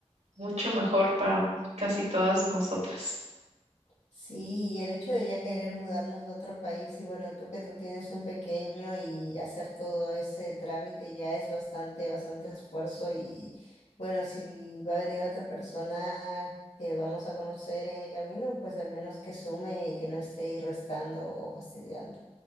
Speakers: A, on the right; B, on the left.
A: mucho mejor para casi todas nosotras.
B: Sí, y el hecho de ya querer mudarnos a otro país y bueno, tú que tú tienes un pequeño y hacer todo ese trámite ya es bastante, bastante esfuerzo y bueno, si va a venir otra persona que vamos a conocer en el camino, pues al menos que sume y que no esté ahí restando o fastidiando.